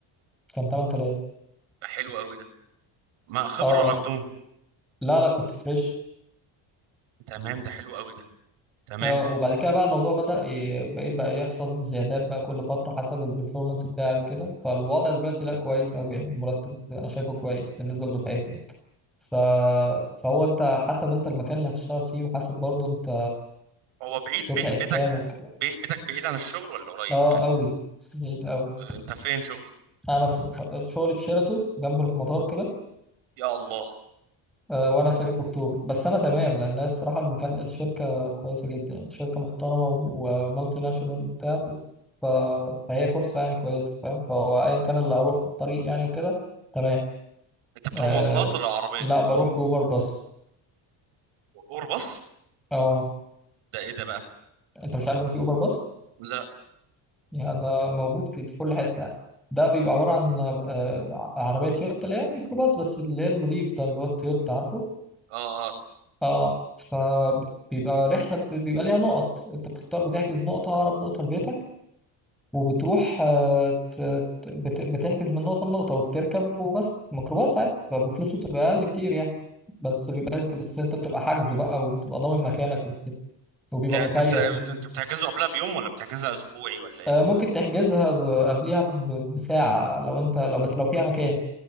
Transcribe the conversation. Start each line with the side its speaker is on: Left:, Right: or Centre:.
Centre: كان 8000
Right: ده حلو قوي ده ما خبره
Centre: اه
Right: ولا بدون
Centre: لا لا كنت فريش
Right: تمام ده حلو قوي ده تمام
Centre: اه وبعد كده بقى الموضوع بدأ ي- بقيت بقى يحصل زيادات بقى كل فترة حسب البرفورمانس بتاعي وكده فالوضع دلوقتي لا كويس أوي يعني المرتب أنا شايفه كويس بالنسبة لدفعتي يعني. ف... فهو أنت حسب أنت المكان اللي هتشتغل فيه وحسب برضه أنت
Right: هو بعيد
Centre: دفعة
Right: بي- بيتك
Centre: كام وك...
Right: بي- بيتك بعيد عن الشغل ولا قريب
Centre: اه أوي بعيد أوي
Right: آه، انت فين شغل
Centre: أنا في شغلي في شيراتون جنب المطار كده
Right: يا الله
Centre: آه، وانا ساكن في اكتوبر بس انا تمام لان الصراحه المكان الشركه كويسه جدا يعني شركه محترمه و- ومالتي ناشونال وبتاع بس ف... فهي فرصه يعني كويسه فاهم فهو ايا كان اللي هروح في الطريق يعني وكده تمام
Right: انت بتروح
Centre: آه...
Right: مواصلات ولا عربيه
Centre: لا بروح باوبر باص
Right: اور باص
Centre: اه
Right: ده ايه ده بقى
Centre: انت مش عارف ان في اوبر باص
Right: لا
Centre: يا ده موجود ك- في كل حته يعني. ده بيبقى عباره عن آه... عربيه تويوتا اللي هي ميكروباص بس اللي هي النظيف ده اللي هو التويوتا عارفه
Right: اه اه
Centre: اه فبيبقى رحلة ب- بيبقى ليها نقط انت بتختار بتحجز نقطة أقرب نقطة لبيتك وبتروح آه، ت- ت- بت- بتحجز من نقطة لنقطة وبتركب وبس ميكروباص عادي فبفلوسه بتبقى أقل كتير يعني بس بيبقى بس انت بتبقى حاجزه بقى وبتبقى ضامن مكانك وكده وبيبقى
Right: يعني
Centre: مكيف
Right: انت بت...
Centre: و...
Right: انت بتحجزه قبلها بيوم ولا بتحجزها اسبوعي ولا ايه
Centre: آه، ممكن تحجزها ب- قبليها ب- بساعة لو انت لو بس لو فيها مكان